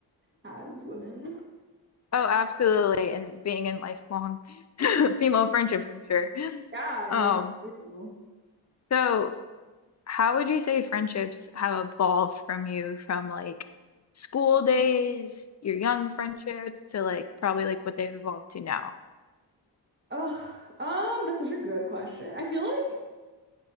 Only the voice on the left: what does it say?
Oh, absolutely, and being in lifelong <laughs> female friendships, I'm sure.
Um,
so how would you say friendships have evolved from you from like school days, your young friendships, to like probably like what they've evolved to now?